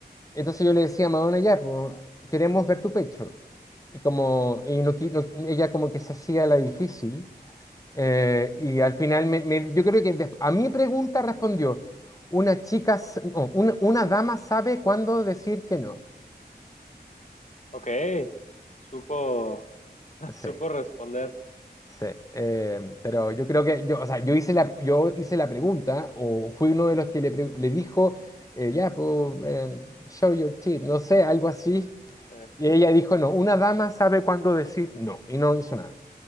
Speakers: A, on the left; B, on the left.
A: Entonces yo le decía a Madonna, ya, pues, queremos ver tu pecho. Y como y no, qui- no- ella como que se hacía la difícil. eh, y al final me- me- yo creo que des- a mi pregunta respondió, una chica, s- no, una, una dama sabe cuándo decir que no.
B: ok, supo, <laughs> supo
A: Sí.
B: responder.
A: Sí, eh, pero yo creo que yo, o sea, yo hice la, yo hice la pregunta o fui uno de los que le, pre- le dijo, eh, ya, pues, eh, show your teeth, no sé, algo así.
B: Eh,
A: Y ella dijo, no, una dama sabe cuándo decir no, y no hizo nada.